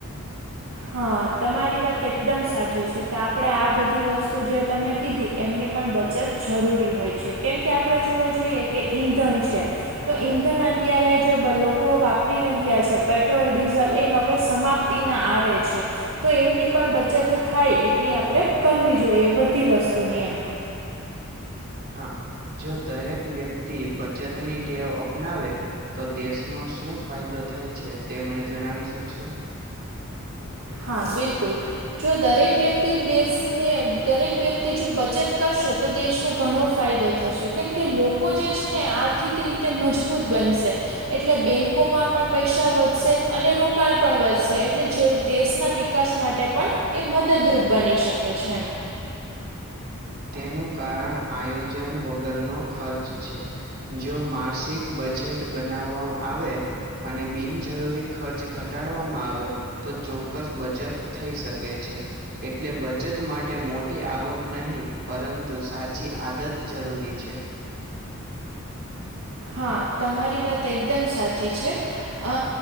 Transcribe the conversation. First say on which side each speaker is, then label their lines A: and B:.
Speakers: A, on the right (about 70°); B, on the right (about 50°).
A: હા તમારી વાત એકદમ સાચી છે કે આપણે આ બધી વસ્તુ જે તમે કીધી એમની પણ બ. બચત જરૂરી હોય છે કેમ કે આપણે જોવા જઈએ કે ઈંધણ છે તો ઈંધણ અત્યારે જે લોકો વાપરી રહ્યા છે પેટ્રોલ ડીઝલ એ હવે સમાપ્ત તી ના આરે. છે તો એમની પણ બચત થાય એટલી આપણે કરવી જોઈએ બધી વસ્તુની એમ.
B: હા જો દરેક વ્યક્તિ બચતની ટેવ અપનાવે તો દેશનો શું ફાયદો થાય છે તે મને જણાવી શકશો
A: હા બિલકુલ. જો દરેક વ્યક્તિ દેશને દરેક વ્યક્તિ જો બચત કરશે તો દેશને ઘણો ફાયદો થશે કેમ કે લોકો જે છે ને આર્થિક રીતે મજબૂત બનશે. એટલે બેંકોમાં પણ પૈસા વધશે અને રોકાણ પણ વધશે એટલે જે દેશના વિકાસ માટે પણ એ મદદરૂપ બની શકે છે એમ.
B: તેનું કારણ આયોજન વગરનો ખર્ચ છે. જો માર્સિક બજટ બનાવવા આવે. અને બિનજરૂરી ખર્ચ ઘટાડવામાં આવે તો ચોક્કસ બચત થઈ શકે છે એટલે બચત માટે મો ટી આવક નહીં પરંતુ સાચી આદત જરૂરી છે.
A: હા તમારી વાત એકદમ સાચી છે. અ